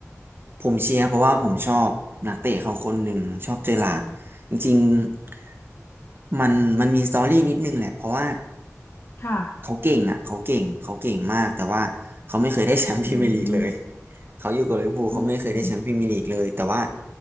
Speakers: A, on the right; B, on the left.
A: ผมเชียร์เพราะว่าผมชอบนักเตะเขาคนหนึ่งชอบเจอร์ราร์ดจริงๆมันมันมีสตอรี่นิดนึงแหละเพราะว่า
B: ค่ะ
A: เขาเก่งอ่ะเขาเก่งเขาเก่งมากแต่ว่าเขาไม่เคยได้แชมป์พรีเมียร์ลีกเลย
B: อืม
A: เขาอยู่กับลิเวอร์พูลเขาไม่เคยได้แชมป์พรีเมียร์ลีกเลยแต่ว่า
B: อืม